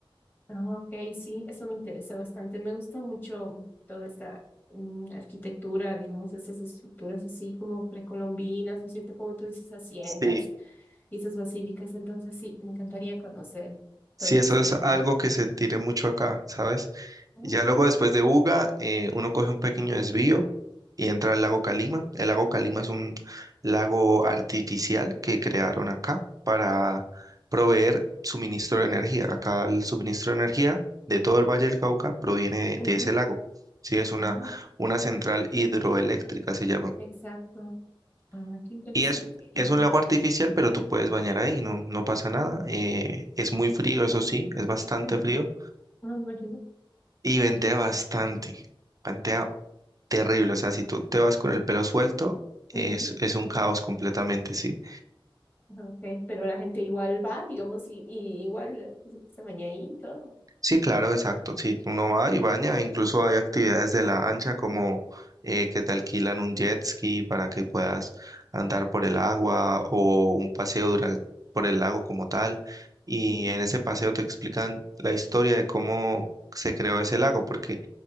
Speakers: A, on the left; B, on the right.
A: Ah, Ok, sí, eso me interesa bastante. Me gusta mucho toda esta mm, arquitectura, digamos, esas estructuras así como precolombinas, ¿no es cierto? Como tú dices, haciendas
B: Sí.
A: y esas basílicas. Entonces, sí, me encantaría conocer
B: Sí,
A: todo
B: eso
A: eso
B: es
A: de ahí.
B: algo que se tiene mucho acá, ¿sabes?
A: Ujú,
B: Ya luego después de Uga, eh, uno coge un pequeño desvío y entra al lago Calima. El lago Calima es un lago artificial que crearon acá para proveer suministro de energía. Acá el suministro de energía de todo el Valle del Cauca proviene de,
A: ujú,
B: de ese lago. Sí, es una,
A: ah,
B: una central hidroeléctrica, se llama.
A: exacto. Ah, qué interesante.
B: Y es,
A: Y,
B: es un lago artificial, pero tú puedes bañar ahí, no, no pasa nada. Eh, es muy frío, eso sí, es bastante
A: ujú,
B: frío
A: ah, me imagino.
B: Y ventea bastante, ventea terrible, o sea, si tú te vas con el pelo suelto, es,
A: Ujú,
B: es un caos completamente, sí.
A: ah, ok, pero la gente igual va, digamos, y, y igual eh, se baña ahí y todo.
B: Sí, claro, exacto, sí, uno va
A: Ujú,
B: y baña, incluso hay actividades de la ancha como eh, que te alquilan un jet ski para que puedas andar por el agua o un paseo duran- por el lago como tal, y
A: ujú.
B: en ese paseo te explican la historia de cómo se creó ese lago, porque